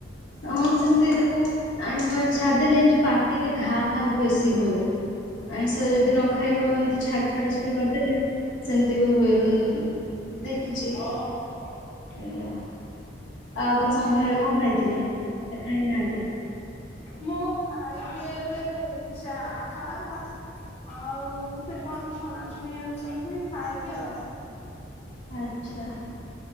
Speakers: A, on the left (about 80°); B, on the left (about 35°).
A: ହଁ ସେମିତି ତାକୁ ଆଇଁଷ ଫାଇଁସ ଛାଡ଼ିଦେଲେ ଯେଉଁ ପାଟିରେ ଘା <unintelligible> ବେଶୀ ହୁଏ ଆଇଁଷ ଯଦି ନ ଖାଇବ ଏମତି ଛା ଛଡା ଛଡି କରିଦେଲେ ସେମିତି ବି ହୁଏ ମୁଁ ଦେଖିଛି।
B: <unintelligible>
A: ଏଇଆ। ଆଉ ଆପଣ ସନ୍ଧ୍ୟାବେଳେ କଣ ଖାଇଥିଲେ ନା ଖାଇନାହାନ୍ତି?
B: ମୁଁ ଖାଇବି ଏବେ ଚାହା ଆଉ ସେ କଣ ଛଣାଛଣି ଆଣିଛନ୍ତି ଖାଇବି ଆଉ।
A: ଆଚ୍ଛା